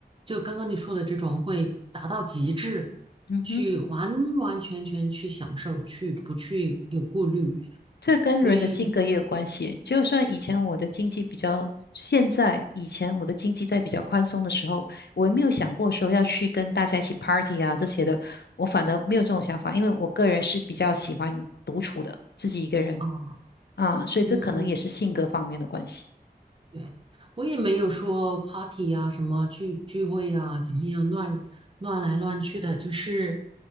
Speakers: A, on the right; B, on the left.
A: 就刚刚你说的这种会达到极致，
B: 嗯哼，
A: 去完完全全去享受，去不去有顾虑，
B: 这跟人的性格也有关系。
A: 所以
B: 就算以前我的经济比较，现在以前我的经济在比较宽松的时候，我也没有想过说要去跟大家一起 party 啊这些的，我反而没有这种想法，因为我个人是比较喜欢独处的，自己一个人
A: 啊，
B: 啊，所以这可能也是性格方面的关系。
A: 嗯。对，我也没有说 party 啊，什么聚聚会啊，怎么样乱乱来乱去的，就是